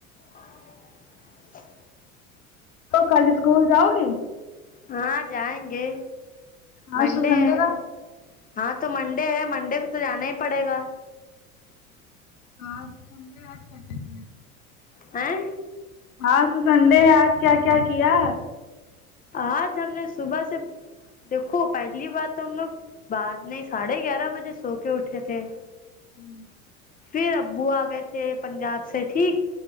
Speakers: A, on the left (about 20°); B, on the left (about 70°).
A: ہ ہائے
B: تو کل اسکول جاؤگی
A: ہاں جائینگے منڈے
B: آج تو سنڈے
A: ہے
B: تھا
A: ہاں تو منڈے ہے منڈے کو تو جانا ہی پڑےگا
B: آج سنڈے آج کیا کیا کیا
A: ہاے
B: آج تو سنڈے ہے آج کیا کیا کیا
A: آج ہم نے صبح سے دیکھو پہلی بار تو ہم لوگ بعد نہیں ساڑھے گیارہ بجے سو کے اٹھے تھے
B: ہوں
A: پھر ابو آ گئے تھے پنجاب سے ٹھیک